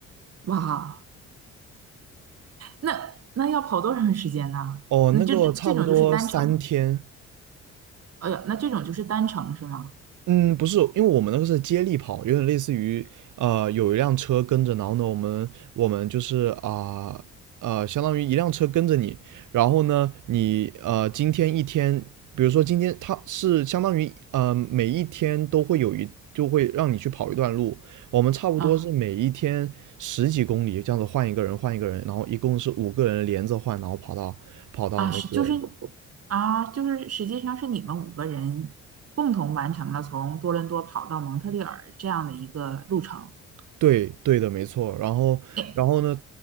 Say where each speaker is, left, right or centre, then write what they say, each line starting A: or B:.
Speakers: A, on the right; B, on the right.
A: 哇，那那要跑多长时间呢？
B: 哦，
A: 那这这种就是单程，
B: 那个差不多三天，
A: 哎呀，那这种就是单程是吗？
B: 嗯，不是，因为我们那个是接力跑，有点类似于，呃，有一辆车跟着，然后呢，我们我们就是啊呃，相当于一辆车跟着你，然后呢，你呃今天一天，比如说今天它是相当于呃每一天都会有一就会让你去跑一段路，我们差不多是每一天十几公里这样子换一个人换一个人，
A: 啊
B: 然后一共是五个人连着换，然后跑到跑到那个。
A: 啊是就是啊就是实际上是你们五个人共同完成了从多伦多跑到蒙特利尔这样的一个路程。
B: 对对的，没错。然后，
A: 哎，
B: 然后呢，